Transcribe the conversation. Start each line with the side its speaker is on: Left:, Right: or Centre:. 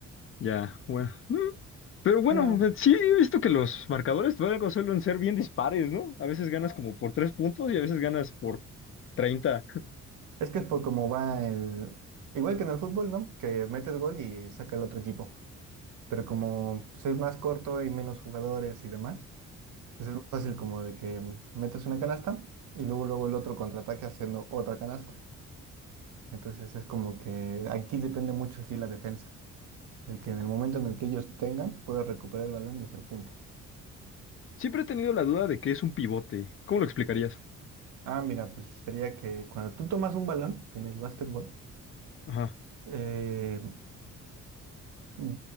Left: Ya, bueno. mm. Pero bueno,
Right: Sí, no
Left: o sea, sí he visto que los marcadores luego suelen ser bien dispares, ¿no? A veces ganas como por tres puntos y a veces ganas por 30.
Right: Es que es por cómo va el... Igual que en el fútbol, ¿no? Que metes gol y saca el otro equipo. Pero como pues, es más corto y menos jugadores y demás, pues es más fácil como de que metas una canasta y luego luego el otro contraataque haciendo otra canasta. Entonces es como que aquí depende mucho, sí, la defensa. El que en el momento en el que ellos tengan pueda recuperar el balón y hacer puntos.
Left: Siempre he tenido la duda de qué es un pivote. ¿Cómo lo explicarías?
Right: Ah, mira, pues sería que cuando tú tomas un balón en el básquetbol,
Left: Ajá,
Right: eh, Mm,